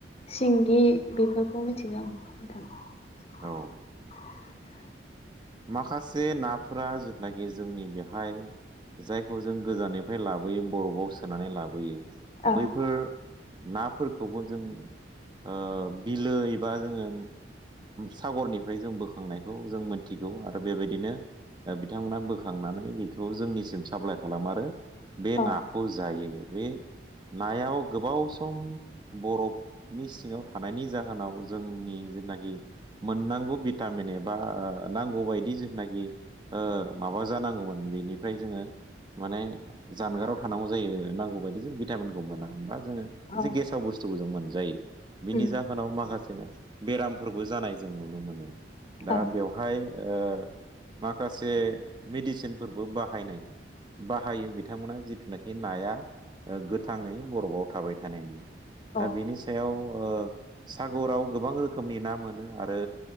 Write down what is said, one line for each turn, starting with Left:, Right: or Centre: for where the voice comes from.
Left: सिंगि बेफोरखौ मिथिगो आं नोंथां। <unintelligible>
Right: औ ओ माखासे नाफोरा जोथनागे जोंनि बेहाय जायखौ जों गोजाननिफ्राय लाबोयो बरफआव सोनानै लाबोयो
Left: औ
Right: बैफोर नाफोरखौबो जों ओ बिलो एबा जोङो सागरनिफ्राय जों बोखांनायखौ जों मोनथिगौ आरो बेबायदिनो ओ बिथांमोना बोखांनानै बेखौ जोंनिसिम साप्लाइ खालाम आरो बे
Left: औ
Right: नाखौ जायो बे नायाव गोबाव सम बरफनि सिङाव थानायनि जाहोनाव जोंनि जोदनागि मोननांगौ भिटामिन एबा नांगौ बायदि जोदनागि ओ माबा जानांगौमोन बेनिफ्राय जोङो माने जानगाराव थानांगौ जायो नांगौ बायदि जों भिटामिनखौ मोना होनबा जोंयो
Left: औ
Right: जे गेसाव बुसथुखौ जों मोनजायो बिनि
Left: उम
Right: जाहोनाव माखासे बेरामफोरबो जानाय जों नुनो मोनो दा
Left: औ
Right: बेवहाय ओ माखासे मेडिसिनफोरबो बाहायनाय बाहायो बिथांमोना जिथुनाखि नाया गोथाङै बरफआव थाबाय थानायनि। दा
Left: औ
Right: बेनि सायाव ओ सागराव गोबां रोखोमनि ना मोनो आरो